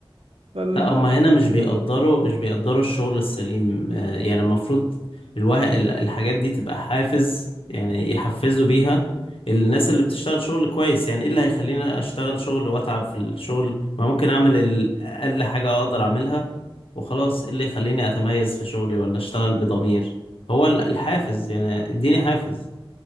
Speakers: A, on the right (about 80°); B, on the left (about 70°).
A: فال...
B: لا هما هنا مش
A: فالناس
B: بيقدروا
A: دي
B: مش بيقدروا الشغل السليم آه، يعني المفروض الوه... ال- الحاجات دي تبقى حافز يعني يحفزوا بيها الناس اللي بتشتغل شغل كويس يعني ايه اللي هيخليني اشتغل شغل واتعب في الشغل ما ممكن اعمل ال- اقل حاجة اقدر اعملها وخلاص ايه اللي يخليني اتميز في شغلي ولا اشتغل بضمير هو ال- الحافز يعني اديني حافز